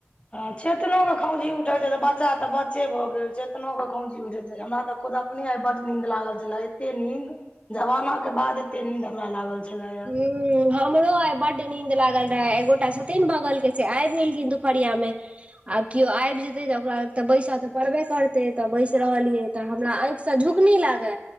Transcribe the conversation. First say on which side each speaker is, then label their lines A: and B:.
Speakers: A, on the left (about 25°); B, on the right (about 25°).
A: ह चेतनो के खौंजी उठै छै तऽ बच्चा तऽ बच्चे भऽ गेल चेतनोे के खौंजी उठैत रहै छै हमरा तऽ खुद अपने आइ बड नींद लागल छल एते नींद जमाना के बाद एते नींद हमरा लागल छलैयै
B: हूम्म हमरो आइ बड्ड नीन्द लागल रहे एकगोटा छथिन बगल के से आबि गेलखिन दुपहरिया मे आब केओ आबि जेते तऽ ओकरा लग तऽ बैसऽ तऽ पड़बे करतै तऽ बैस रहलियै। तऽ हमरा आँखिस झुकनी लागै